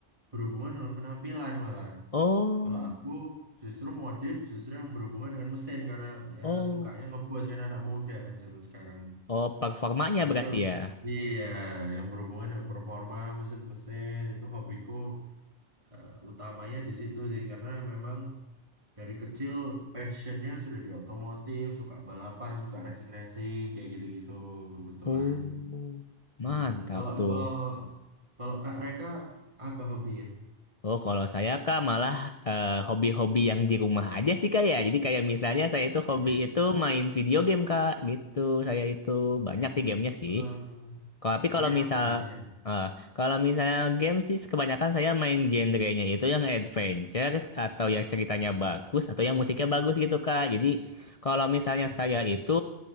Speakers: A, on the right; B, on the left.
A: berhubungan dengan penampilan malah.
B: Oh
A: Kalau aku justru modif justru yang berhubungan dengan mesin karena ya
B: oh
A: sukanya ngebuat kan anak muda kan zaman sekarang.
B: oh performanya
A: Justru
B: berarti ya.
A: iya yang berhubungan dengan performa mesin-mesin itu hobiku eh, utamanya di situ sih karena memang dari kecil passionnya sudah di otomotif, suka balapan, suka racing-racing kayak gitu-gitu kebetulan.
B: Oh mantap
A: Mm, kalau
B: tuh.
A: kalau kalau Kak Reka apa hobinya?
B: Oh, kalau saya kak malah eh, hobi-hobi yang di rumah aja sih kak ya. Jadi kayak misalnya saya itu
A: Oke,
B: hobi itu main video game kak gitu. Saya itu
A: oke.
B: banyak sih gamenya sih.
A: Eh,
B: Kalau- Tapi kalau
A: main
B: misal
A: apa biasanya?
B: eh, kalau misalnya game sih kebanyakan saya main genrenya itu yang adventure atau yang ceritanya bagus atau yang musiknya bagus gitu kak. Jadi kalau misalnya
A: Oke,
B: saya itu